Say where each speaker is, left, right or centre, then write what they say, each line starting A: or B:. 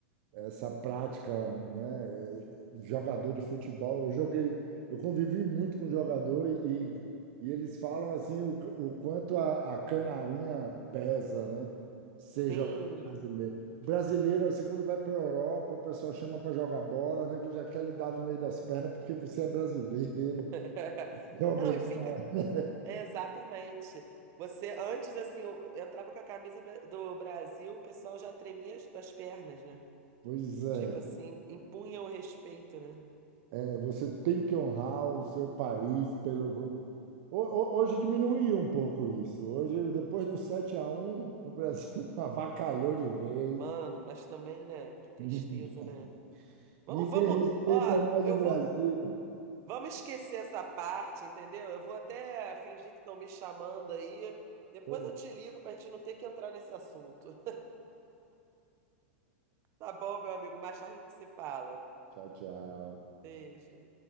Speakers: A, on the right; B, on the right.
A: essa prática, né? Jogador de futebol, eu joguei, eu convivi muito com jogador e, e eles falam assim o, o quanto a, a canarinha pesa, né? Ser
B: Sim.
A: jogador brasileiro. Brasileiro, assim, quando vai para a Europa, o pessoal chama para jogar bola, o nego já quer lhe dar no meio das pernas porque você é brasileiro.
B: <laughs>
A: <laughs> É obrigado.
B: Não, e fica.
A: né?
B: É, Exatamente. Você, antes, assim, eu entrava com a camisa bra- do Brasil, o pessoal já tremia as as pernas, né?
A: Pois é.
B: Tipo assim, impunha o respeito, né?
A: É, Você tem que honrar o seu país pelo Ho- ho- Hoje diminuiu um pouco isso. Hoje, depois do 7 a um o Brasil <laughs> avacalhou de vez.
B: Mano, mas também, né? Que tristeza,
A: <laughs>
B: né? Vamos,
A: Ninguém
B: vamos.
A: respeita
B: Ó,
A: mais
B: eu
A: o
B: vou,
A: Brasil.
B: Vamos esquecer essa parte, entendeu? Eu vou até fingir que estão me chamando aí. Depois
A: Pois,
B: eu te ligo para a gente não ter que entrar nesse assunto. Tá bom, meu amigo? Mais tarde a gente se fala.
A: Tchau, tchau.
B: Beijo.